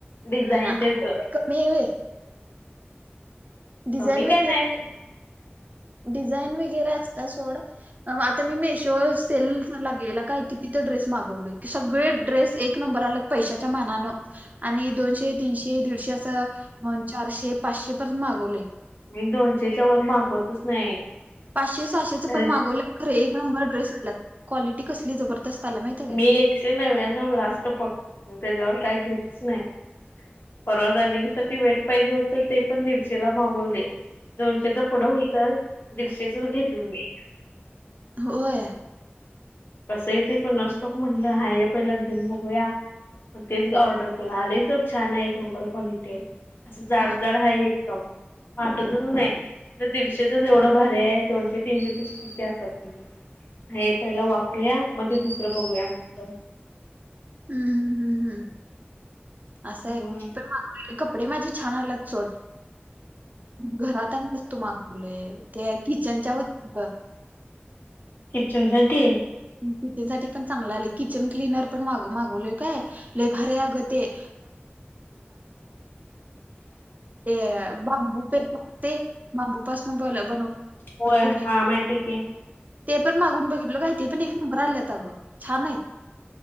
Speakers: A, on the left; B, on the right.
A: डिझाईन
B: ना आपन
A: त्याच
B: काय कमी आहे व्हय. डिझाईन
A: कमी
B: वगैरे,
A: काय नाही
B: डिझाईन वगैरे असता सोडा आता मी मेशो वर सेल लागलेला काय किती तर ड्रेस मागवले. सगळे ड्रेस एक नंबर आलत पैशाच्या मानान आणि दोनशे, तीनशे, दीडशे असं च अन चारशे, पाचशे पर्यंत मागवले.
A: मी दोनशेच्या वर मागवतच नाही.
B: पाचशे सहाशेच
A: अरे
B: पण मागवल खर एक नंबर ड्रेस आलात. क्वालिटी कसली जबरदस्त आल्या माहितीय काय
A: मी एकशे नव्यानव लास्ट बघ त्याच्यावर काय घेतच नाही. परवा रनिंग साठी वेट पाहिजे होत ते पण दिडशेला मागवले. दोनशेच पुढ होत, दीडशेचच घेतल मी.
B: होय
A: कस येतय कोणास ठाऊक. म्हणल हाय पहिला घेऊन बघूया. तेच ऑर्डर केल. आलय सोड छान आहे. एक नंबर क्वालिटी आहे. अस जाडजाड
B: हा
A: आहे एकदम. वाटतच नाही दीडशेचच एवढ भारी आहे दोनशे तीनशेचच किती आसल. हे पहिल वापरूया मग ते दुसर बघूया म्हटल.
B: हम्म हम्म हम्म हम्म अस आहे. मी
A: मग
B: पण मागवलेले कपडे माझे छान आलेत सोड. घरात वस्तू मागवलीय ते किचनच्या वस्तू
A: किचनसाठी
B: किचन साठी पण चांगल आल. किचन क्लिनर पण मा मागवलेय काय. लय भारी आहे अग ते. <unintelligible> ते बांबूचे पत्ते बांबूपासून बनवतात.
A: व्हय
B: ते व्हाईट
A: हा माहिती आहे की.
B: ते पण मागून बघितल काय ते पण एक नंबर आल्यात अग. छान आहेत.